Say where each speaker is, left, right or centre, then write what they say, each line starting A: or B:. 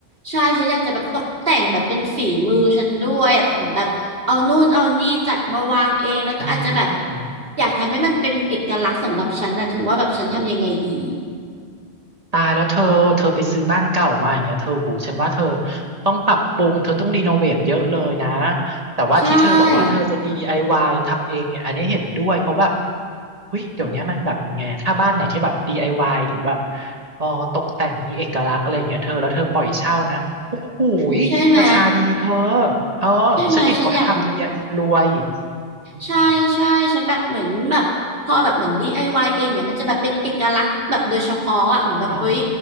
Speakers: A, on the right (about 60°); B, on the right (about 35°).
A: ใช่ฉันอยากจะแบบตกแต่งแบบเป็นฝีมือฉันด้วยอะแบบเหมือนแบบเอานู่นเอานี่จัดมาวางเองแล้วก็อาจจะแบบ
B: อืม
A: อยากทำให้มันเป็นเอกลักษณ์สำหรับฉันนะเธอว่าแบบฉันทำยังไงดี
B: ตายแล้วเธอ เธอไปซื้อบ้านเก่ามาอย่างเงี้ยเธอหูฉันว่าเธอต้องปรับปรุง เธอต้องรีโนเวทเยอะเลยนะ แต่ว่าที่เธอบอกว่าเธอจะ
A: ใช่
B: DIY ทำเองเนี่ยอันนี้เห็นด้วยเพราะแบบเฮ้ยเดี๋ยวเนี้ยมันแบบไงอะถ้าบ้านไหนที่แบบ DIY หรือแบบเออตกแต่งมีเอกลักษณ์อะไรอย่างเงี้ยเธอ แล้วเธอปล่อยเช่านะโอ้โหยราคาดีเธอ
A: ใช่ไหม
B: เออฉันเห็นเขาทำเยอะแยะรวย
A: ใช่ไหมฉันอยากแบบ
B: อม
A: ใช่ใช่ฉันแบบเหมือนแบบพอแบบเหมือน DIY เองเนี่ยมันจะแบบเป็นเอกลักษณ์แบบโดยเฉพาะอ่ะเหมือนแบบเฮ้ย
B: อ๋อ